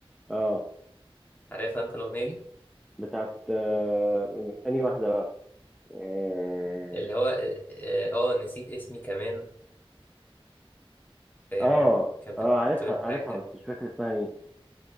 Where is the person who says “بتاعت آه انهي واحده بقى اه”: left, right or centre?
Centre